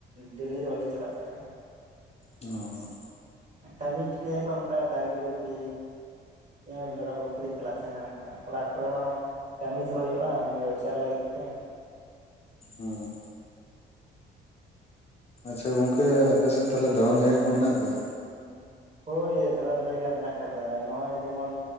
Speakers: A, on the right; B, on the left.
A: ᱰᱮᱞᱤ ᱫᱚ ᱵᱟᱞᱤᱧ ᱪᱟᱞᱟᱜ ᱛᱟᱦᱮᱱᱟ᱾
B: ᱚᱻ᱾
A: ᱠᱟᱹᱢᱤ ᱦᱚᱪᱚ ᱞᱤᱭᱟ ᱠᱚ ᱚᱱᱠᱟ ᱰᱟᱝᱨᱤ ᱜᱩᱯᱤ᱾ ᱟᱞᱤᱧᱦᱚᱸ ᱢᱮᱨᱚᱢ ᱜᱩᱯᱤᱧ ᱪᱟᱞᱟᱜ ᱛᱟᱦᱮᱱᱟ ᱚᱱᱠᱟ ᱚᱲᱟᱜ ᱠᱚᱨᱮ ᱦᱚᱸ᱾ ᱠᱟᱹᱢᱤ ᱛᱚ ᱦᱩᱭᱩᱜᱼᱟ, ᱢᱟᱱᱮ ᱨᱚᱡᱽᱠᱟᱨ ᱞᱟᱹᱜᱤᱫ ᱛᱮ᱾
B: ᱦᱩᱸ᱾ ᱟᱪᱪᱷᱟ ᱜᱚᱢᱠᱮ ᱟᱯᱮᱥᱮᱫ ᱛᱟᱦᱚᱞᱮ ᱫᱟᱬᱟᱱ ᱡᱟᱭᱜᱟ ᱠᱚ ᱢᱮᱱᱟᱜ ᱟᱠᱟᱜᱼᱟ?
A: ᱦᱳᱭ ᱫᱟᱬᱟᱱ ᱡᱟᱭᱜᱟ ᱢᱮᱱᱟᱜ ᱟᱠᱟᱫᱟ᱾ ᱱᱚᱜᱼᱚᱭ ᱡᱮᱢᱚᱱ